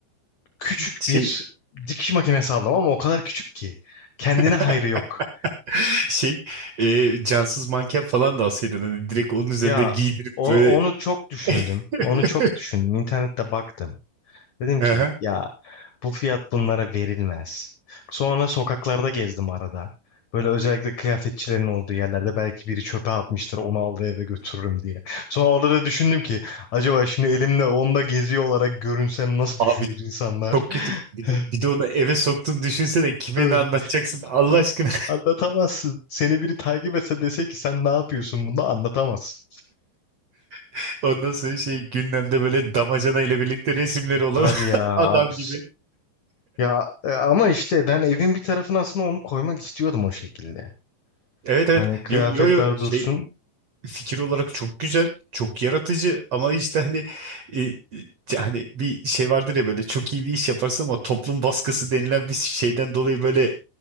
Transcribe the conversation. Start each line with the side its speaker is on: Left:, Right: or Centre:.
Left: Küçük
Right: şey
Left: bir dikiş makinesi aldım ama o kadar küçük ki. Kendine
Right: <laughs>
Left: hayrı yok.
Right: <laughs> Şey, e, cansız manken falan da alsaydın. Hani direkt onun üzerine
Left: Ya
Right: giydirip
Left: onu,
Right: böyle.
Left: onu çok düşündüm.
Right: <laughs>
Left: Onu çok düşündüm. İnternette baktım. Dedim
Right: Aha.
Left: ki ya bu fiyat bunlara verilmez. Sonra sokaklarda gezdim arada. Böyle özellikle kıyafetçilerin olduğu yerlerde belki biri çöpe atmıştır onu al ve eve götürürüm diye. Sonra orada da düşündüm ki acaba şimdi elimle onda geziyor olarak görünsem nasıl düşünür
Right: Abi
Left: insanlar?
Right: çok kötü. Bir
Left: <laughs>
Right: de, bir de onu eve soktun düşünsene kime
Left: Evet.
Right: ne anlatacaksın Allah
Left: A-
Right: aşkına.
Left: Anlatamazsın. Seni biri takip etse dese ki sen ne yapıyorsun bunu anlatamazsın.
Right: <laughs> Ondan sonra şey gündemde böyle damacana ile birlikte resimleri olan
Left: Tabii ya
Right: <laughs> adam
Left: abi.
Right: gibi.
Left: Ya e, ama işte ben evin bir tarafına aslında onu koymak istiyordum o şekilde.
Right: Evet evet.
Left: Hani kıyafetler
Right: Yo yo, yo şey
Left: dursun.
Right: fikir olarak çok güzel, çok yaratıcı ama işte hani e, e, yani bir şey vardır ya böyle çok iyi bir iş yaparsın ama toplum baskısı denilen bir şeyden dolayı böyle